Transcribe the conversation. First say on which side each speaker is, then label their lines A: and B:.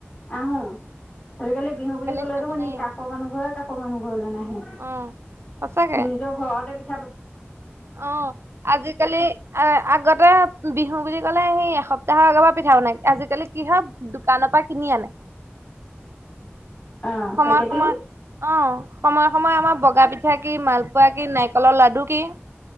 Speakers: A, on the left; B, on the right.
A: আহোঁ। আজিকালি বিহু বুলি ক'লে
B: সেইবোৰ
A: দেখুন
B: নায়েই
A: ই কাষৰ মানুহ ঘৰ কাষৰ মানুহ ঘৰলৈ নাহে।
B: অ সঁচাকে
A: নিজৰ ঘৰতে পি
B: অ', আজিকালি আগতে বিহু বুলি ক'লে সেই এসপ্তাহৰ আগৰ পৰা পিঠা বনাই আজিকালি কি হয় দোকানৰ পৰা কিনি আনে।
A: অ
B: সময়ে
A: পেকেটিং
B: সময় অ' সময়ে সময়ে আমাৰ বগা পিঠা কি মালপোৱা, কি নাৰিকলৰ লাডু কি।